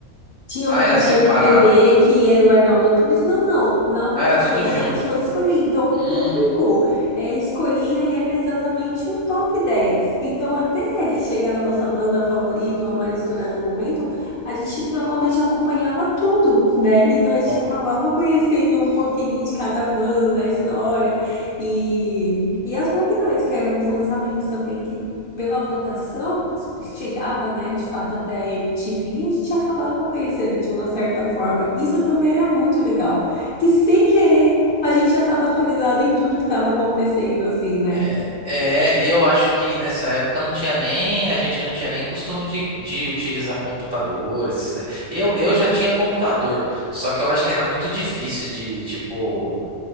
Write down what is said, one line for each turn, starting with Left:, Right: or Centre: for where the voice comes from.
Left: tinha
Right: Ah,
Left: muito
Right: era
Left: da
Right: separado.
Left: MPB, que era o Arnaldo Antunes. Não, não. Na
Right: Ah,
Left: votação
Right: era tudo junto.
Left: as pessoas escolhiam. Então, o público
Right: Uhum.
Left: é, escolhia, ele era exatamente o top dez Então, até chegar na nossa banda favorita, ou a mais estourada no momento, a gente normalmente acompanhava tudo, né? Então, a gente
Right: Pompa.
Left: acabava conhecendo um pouquinho de cada banda, a história e, e as novidades, que eram os lançamentos também, que pela votação, chegava, né, de fato até a MTV e a gente acabava conhecendo de uma certa forma. Isso também era muito legal, que sem querer a gente já estava atualizado em tudo que estava acontecendo, assim, né?
Right: É, é, e eu acho que nessa época não tinha nem, a gente não tinha nem costume de, de utilizar computador, esses, ne- Eu, eu já tinha computador, só que eu acho que era muito difícil de, tipo,